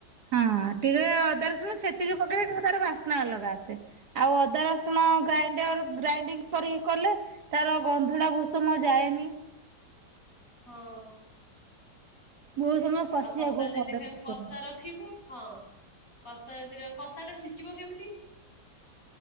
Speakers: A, on the right; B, on the left.
A: ହଁ ଟିକେ ଅଦାର ଶୁଣ ଛଚିକି ପକେଇ ତାର ବାସ୍ନା ଅଲଗା ଆସେ ଆଉ ଅଦା ରସୁଣ ଗ୍ରାଇଣ୍ଡର ଗ୍ରାଇଣ୍ଡିଙ୍ଗ କରିକି କଲେ ତାର ଗନ୍ଧଟା ଭୂଷମ ଯାଏ ନି
B: ହଉ।
A: ବହୁତ ସମୟ କଷିବାକୁ
B: ଆଉ କଷା ଯଦି
A: ପଡେ
B: ଖାଇବୁ
A: ଚିକେନ।
B: କଷା ରଖିବୁ ହଉ। କସା <unintelligible> କଷା ଟା ସିଜିବ କେମିତି? <inaudible>